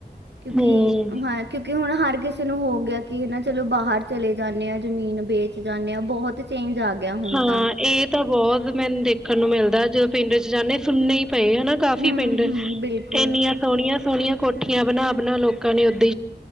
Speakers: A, on the right; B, in the centre.
A: ਕਿਉਂਕ
B: ਹਮ
A: ਹਾਂ ਕਿਉਂਕਿ ਹੁਣ ਹਰ ਕਿਸੇ ਨੂੰ ਹੋ ਗਿਆ ਕਿ ਹਨਾ ਚਲੋ ਬਾਹਰ ਚਲੇ ਜਾਣੇ ਆ ਜ਼ਮੀਨ ਵੇਚ ਜਾਂਦੇ ਆ ਬਹੁਤ ਚੇਂਜ ਆ ਗਿਆ। ਹੁਣ
B: ਹਾਂ
A: ਤਾਂ
B: ਇਹ ਤਾਂ ਬਹੁਤ ਮੈਨੂੰ ਦੇਖਣ ਨੂੰ ਮਿਲਦਾ ਜਦੋਂ ਪਿੰਡ ਚ ਜਾਣੇ ਪਏ ਆ ਨਾ ਕਾਫ਼ੀ
A: ਹੂੰ
B: ਪਿੰਡ
A: ਹੂੰ ਬਿਲਕੁਲ
B: ਇੰਨੀਆਂ ਸੋਹਣੀਆਂ ਸੋਹਣੀਆਂ ਕੋਠੀਆਂ ਬਣਾ-ਬਣਾ ਲੋਕਾਂ ਨੇ ਓਦਾ